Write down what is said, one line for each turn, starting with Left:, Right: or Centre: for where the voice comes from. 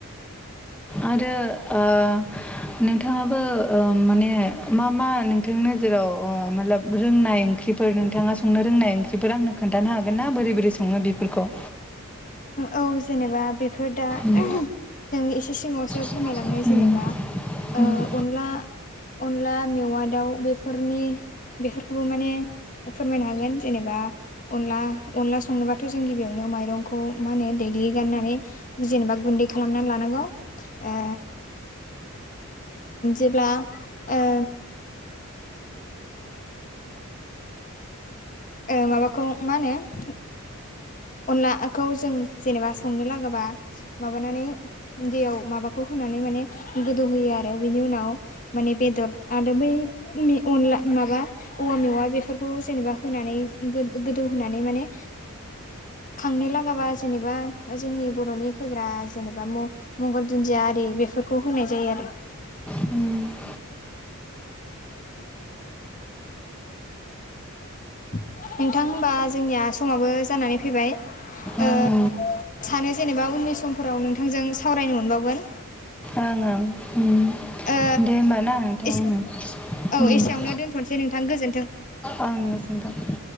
Centre: आरो ओ नोंथाङाबो ओ माने मा मा नोंथांनि नोजोराव मातलाब रोंनाय ओंख्रिफोर नोंथाङा संनो रोंनाय ओंख्रि बेफोर आंनो खोनथानो हागोन ना बोरै बोरै सङो बेफोरखौ
Left: औ जेनेबा बेफोर दा
Centre: नोंथां
Left: जों
Centre: नों एसे
Left: एसे सिगांआवसो फोरमायलांनो
Centre: सिगाङावसो बुंलांखाबाय
Left: जेनेबा ओ
Centre: जेनेबा
Left: अनला अनला मेवा दाउ बेफोरनि बेफोरखौबो माने फोरमायनो हागोन जेनेबा अनला अनला संनोबाथ' जों गिबियावनो माइरं खौ मा होनो देग्लि गाननानै जेनेबा गुन्दै खालामना लानांगौ ओ जेब्ला ओ ओ माबाखौ मा होनो अनलाखौ जों जेनेबा संनो लागोबा माबानानै दैयाव माबाखौ होनानै माने गोदौहोयो आरो बिनि उनाव माने बेदर आरो बै अनला माबा औवा मेवा बेफोरखौ जेनेबा होनानै गोदौहोनानै माने खांनो लागाबा जेनेबा जोंनि बर'नि होग्रा जेनेबा म मंगल दुन्दिया आरि बेफोरखौ होनाय जायो आरो
Centre: उम
Left: नोंथां होनबा जोंनिया समाबो जानानै फैबाय ओ
Centre: ओं
Left: सानो जेनेबा उननि समफोराव नोंथांजों सावरायनो मोनबावगोन।
Centre: ओं ओं
Left: ओ
Centre: दे होमबा ना नोंथां
Left: एसे औ एसेयावनो दोनथनोसै नोंथां गोजोनथों
Centre: ओं गोजोनथों